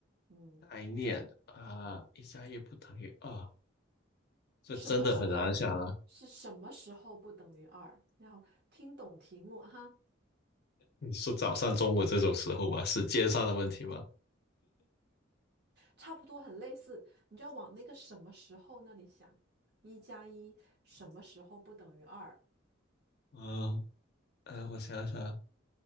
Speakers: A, on the right; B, on the left.
A: 嗯，
B: 概念啊？一加一不等于二，这真的很难想啊。
A: 什么时候是什么时候不等于二？要听懂题目哈。
B: 你说早上、中午这种时候吧，时间上的问题吗？
A: 差不多很类似，你就要往那个什么时候那里想，一加一什么时候不等于二？
B: 嗯，呃，我想想，